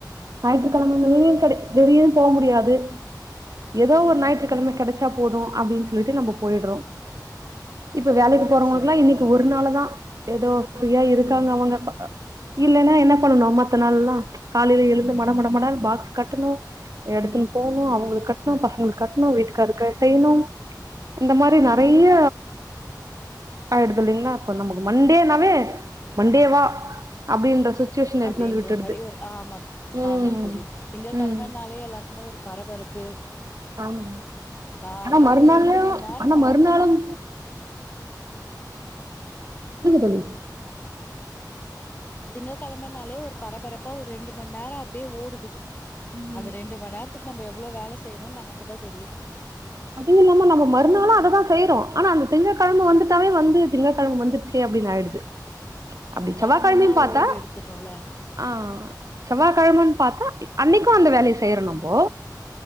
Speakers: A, on the right (about 50°); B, on the left (about 25°).
A: ஞாயிற்றுக்கிழங்றது கெட வெளியு போ முடியாது எதோ ஒரு
B: ம்
A: ஞாயிற்றுக்கிழம கெடச்சா போது அப்டின்னு சொல்லிட்டு நம்ம போயிடுறோ இப்ப வேலைக்கி
B: சரி
A: போறவங்கல்லா
B: சரி
A: இன்னைக்கி
B: தோழி
A: ஒரு நாளதா ஏதோ ஃப்ரீயா இருக்காங்க
B: ம்
A: அவங்க இல்லைன்னா என்ன பண்ணனு மத்த நாள்ல்லா காலையில எழுந்து மட மடண்ணு பாக்ஸ் கட்டணு எடுத்துன்னு போணு
B: ம்
A: அவங்ளுக்கு கட்ணு பசங்களுக்கு கட்ணு வீட்டுக்காருக்கு செய்யணு இந்த மாரி
B: ம்
A: நெறைய ஆ வ வ ஆயிடுதில்லைங்ளா அப்போ நமக்கு மண்டே நாவே மண்டேவா அப்படின்ற சுச்சுவேஷன் எடுத்துன்னு
B: அப்டின்ற
A: வந்து விட்டுடுது
B: மாரி ஒரு ஆமா
A: ம்
B: ஆமா தோழி திங்க கிழமனாலே
A: ம்
B: எல்லாருக்குமே ஒரு பரபரப்பு
A: ஆமா
B: காலையில
A: ஆனா மறுநாளு
B: ஒரு ரெண்டு மண் நேர
A: ஆனா
B: பரப்பர
A: மறுநாளும் சொல்லுங்க தோழி
B: திங்க கிழமனாலே ஒரு பரபரப்பா ஒரு ரெண்டு மண் நேர அப்டியே ஓடுது
A: ம்
B: அந்த ரெண்டு மண் நேரத் துக்கு நம்ம எவ்ள வேல செய்யறோம்னு நமக்கு தா தெரியு
A: அதுவு இல்லாம நம்ம மறுநாளு அததா செய்றோ ஆனா அந்த திங்கக்கிழம வந்துட்டாவே வந்து திங்கக்கிழம வந்துருச்சு அப்டின்னு ஆயிடுது அப்டி செவ்வாய்கிழமையு
B: ஏன்னா முன்னாள்
A: பாத்தா
B: ஓய்வு எடுத்துட்டோல்ல
A: ஆ செவ்வாய் கிழமன்னு பாத்தா இ அன்னைக்கு அந்த வேலைய செய்யறோ நம்போ